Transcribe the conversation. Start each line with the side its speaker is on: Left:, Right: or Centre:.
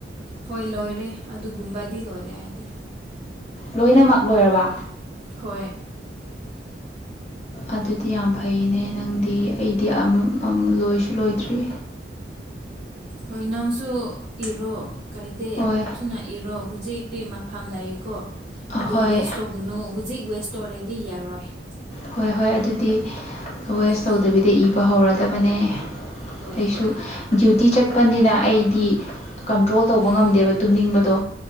Right: ꯍꯣꯏ ꯂꯣꯏꯔꯦ ꯑꯗꯨꯒꯨꯝꯕꯗꯤ ꯂꯣꯏꯔꯦ ꯍꯥꯏꯗꯤ
Left: ꯂꯣꯏꯅꯃꯛ ꯂꯣꯏꯔꯕ
Right: ꯍꯣꯏ
Left: ꯑꯗꯨꯗꯤ ꯌꯥꯝ ꯐꯩꯅꯦ ꯅꯪꯗꯤ ꯑꯩꯗꯤ ꯑꯝ ꯑꯃ ꯂꯣꯏꯁꯨ ꯂꯣꯏꯗ꯭ꯔꯤ
Right: ꯍꯣꯏ ꯅꯪꯁꯨ ꯏꯔꯣ ꯀꯥꯏꯗꯦ
Left: ꯍꯣꯏ
Right: ꯊꯨꯅ ꯏꯔꯣ ꯍꯧꯖꯤꯛꯇꯤ ꯃꯐꯝ ꯂꯩꯀꯣ ꯑꯗꯨ
Left: ꯍꯣꯏ
Right: ꯋꯦꯁ ꯇꯧ ꯒꯅꯨ ꯍꯧꯖꯤꯛ ꯋꯦꯁ ꯇꯧꯔꯦꯗꯤ ꯌꯥꯔꯣꯏ
Left: ꯍꯣꯏ ꯍꯣꯏ ꯑꯗꯨꯗꯤ
Right: ꯎꯝ
Left: ꯋꯦꯁ ꯇꯧꯗꯕꯤꯗ ꯏꯕ ꯍꯧꯔꯗꯕꯅꯦ ꯑꯩꯁꯨ
Right: ꯍꯣꯏ ꯍꯣꯏ
Left: ꯗ꯭ꯌꯨꯇꯤ ꯆꯠꯄꯅꯤꯅ ꯑꯩꯗꯤ ꯀꯟꯇ꯭ꯔꯣꯜ ꯇꯧꯕ
Right: ꯎꯝ
Left: ꯉꯝꯗꯦꯕ ꯇꯨꯝꯅꯤꯡꯕꯗꯣ